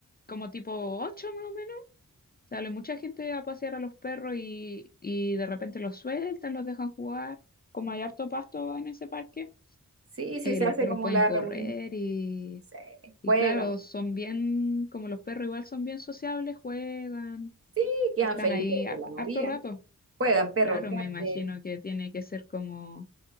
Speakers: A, on the left; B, on the right.
A: como tipo 8 más o menos, sale mucha gente a pasear a los perros y, y de repente los sueltan, los dejan jugar. Como hay harto pasto en ese parque,
B: Sí, sí,
A: eh,
B: se
A: los
B: hace
A: perros
B: como
A: pueden
B: la
A: correr
B: reunión.
A: y,
B: Se
A: y
B: juegan,
A: claro, son bien, como los perros igual son bien sociables, juegan
B: sí, quedan
A: y están
B: felices
A: ahí har-
B: de la
A: harto
B: vida.
A: rato.
B: Juegan perros
A: Claro,
B: grandes,
A: me imagino que tiene que ser como